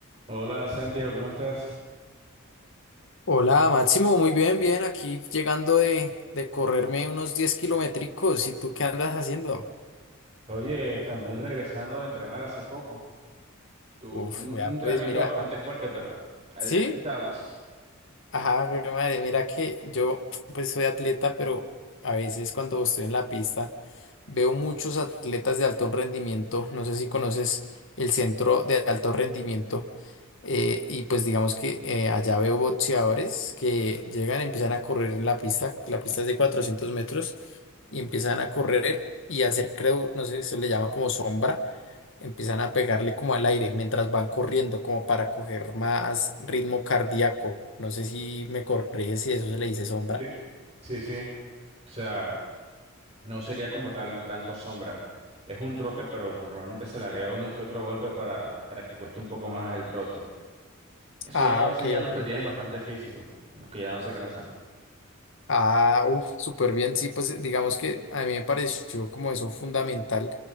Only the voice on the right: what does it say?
Hola Santiago, ¿cómo estás?
Oye, también regresando de entrenar hace poco. Tuvo
fue un,
un entrenamiento
bastante fuerte, pero ahí,
ahí estábamos.
Sí, sí, sí. O sea, no sería como tal tanto sombra. Es un trote, pero normalmente se le agrega uno que otro golpe para, para que cueste un poco más el trote. Eso
ya lo hacen
ya los
que tienen
bastante físico, los que ya no se cansan.